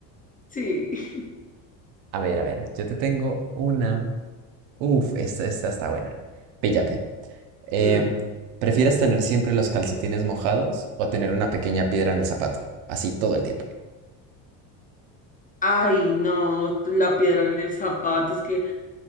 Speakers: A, on the left; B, on the right.
A: Sí. <laughs>
B: A ver, a ver, yo te tengo una. Uf, esta, esta está buena. Píllate. Em,
A: Mm.
B: ¿prefieres tener siempre los calcetines mojados o tener una pequeña piedra en el zapato? Así todo el tiempo.
A: Ay, no, la piedra en el zapato, es que,